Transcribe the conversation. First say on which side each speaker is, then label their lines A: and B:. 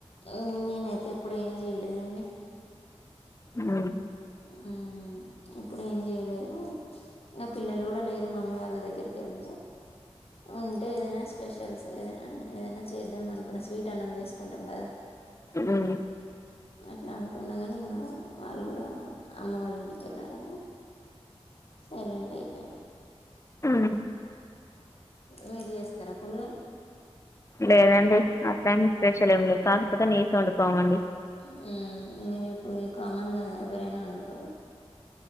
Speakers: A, on the left; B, on the left.
A: ఇ నేనైతే ఇప్పుడు ఏం చేయలేదండి
B: ఉమ్
A: ఉమ్ ఇప్పుడు ఏం చేయలేదు ఇంగ పిల్లలు కూడా లేరు మమ్మీ వాళ్ళ దగ్గరికి వెళ్ళ ఉంటే ఏదైనా స్పెషల్స్ ఏద ఏదైనా చేద్దాం అనుకున్న స్వీట్ అన్నం చేసుకుంటాం కదా
B: ఉమ్
A: అట్లా అనుకున్నా కానీ ఇంకా వాళ్ళు కూడా అమ్మ వాళ్ళ ఇంటికి వెళ్లారని సైలెంట్ అయిపోయా
B: ఉమ్
A: మీరు చేస్తారా పులగలు
B: లేదండి అట్లా ఏమీ స్పెషల్ ఏం లేదు కాకపోతే నీసు వండుకోమండి
A: ఉమ్ ఇంకా ఇప్పుడు చెప్పు కామన్ గా ఎవరైనా వండుకోరు